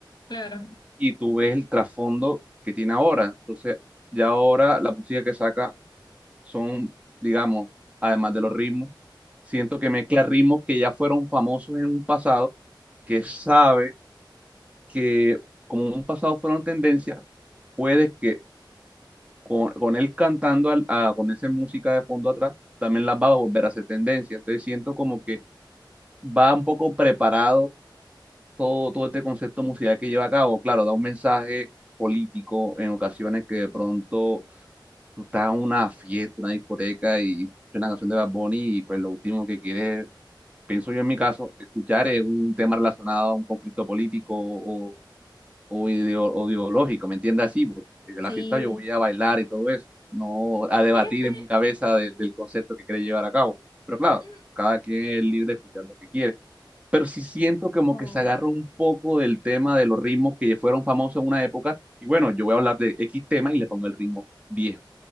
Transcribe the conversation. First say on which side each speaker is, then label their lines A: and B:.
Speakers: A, on the left; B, on the right.
A: claro.
B: y tú ves el trasfondo que tiene ahora. Entonces, ya ahora la música que saca son, digamos, además de los ritmos, siento que mezcla ritmos que ya fueron famosos en un pasado, que sabe que como en un pasado fueron tendencias, puede que con, con él cantando al- a- con esa música de fondo atrás, también las va a volver a hacer tendencia. Entonces siento como que va un poco preparado todo, todo este concepto musical que lleva a cabo. Claro, da un mensaje político en ocasiones que de pronto tú estás en una fiesta, una discoteca y escuchas una canción de Bad Bunny y pues lo último que quieres, pienso yo en mi caso, escuchar es un tema relacionado a un conflicto político o, o ideo- o ideológico, ¿me entiendes? Así, porque en
A: Sí,
B: la fiesta yo voy a bailar y todo eso, no a debatir
A: fíjate.
B: en mi cabeza de- del concepto que quiere llevar a cabo. Pero claro,
A: mm,
B: cada quien es libre de escuchar lo que quiere. Pero sí siento como
A: oh,
B: que se agarró un poco del tema de los ritmos que fueron famosos en una época. Y bueno, yo voy a hablar de X tema y le pongo el ritmo viejo.